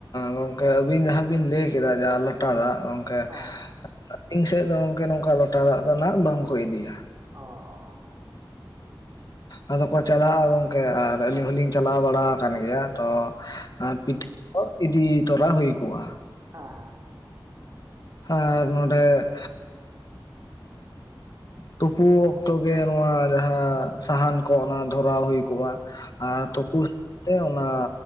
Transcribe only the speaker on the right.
ᱦᱮᱸ ᱦᱮᱸ
ᱚᱻ ᱚ ᱚ ᱚ ᱦᱚᱸ
ᱦᱮᱸ ᱦᱮᱸ